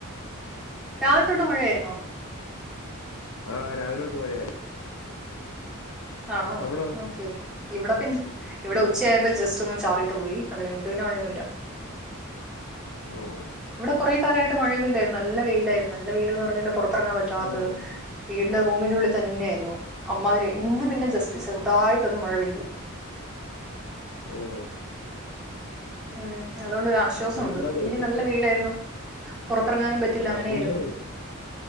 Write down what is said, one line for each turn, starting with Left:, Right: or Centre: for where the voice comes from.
Centre: രാവിലെ തൊട്ട് മഴയായിരുന്നോ
Left: ആഹ് രാവിലെ തൊട്ട് മഴയായിരുന്നു
Centre: ആണോ
Left: അവിടോ
Centre: ഓക്കേ ഇവിടെ പിന്നെ ഇവിടെ ഉച്ചയായപ്പോൾ ജസ്റ്റ് ഒന്നും ചാറിട്ട് പോയി അത് കഴിഞ്ഞി- <unintelligible> പിന്നെ മഴയൊന്നുമില്ല
Left: ഓഹ്
Centre: ഇവിടെ കുറെ കാലമായിട്ട് മഴയൊന്നുമില്ലായിരുന്നു നല്ല വെയിലായിയിരുന്നു നല്ല വെയിലെന്ന് പറഞ്ഞ പുറത്തിറങ്ങാൻ പറ്റാത്തത്
Left: ആഹ്
Centre: വീടിന്റെ റൂമിന്റെ ഉള്ളിൽ തന്നെയായിരുന്നു അമാതിരി ഇന്ന് പിന്നെ ജസ്റ്റ് ചെറുതായിട്ടൊന്നന്ന് മഴ പെയ്തു
Left: ഓഹ്
Centre: <unintelligible> <unintelligible>
Left: ഫുഡൊക്കെ
Centre: ഇല്ലെങ്കിൽ
Left: കഴിച്ചോ
Centre: നല്ല വെയിലായിരുന്നു പുറത്തിറങ്ങാനും പറ്റില്ല
Left: ആഹ്
Centre: അങ്ങനെയായിയിരുന്നു.
Left: ഫുഡൊക്കെ കഴിച്ചോ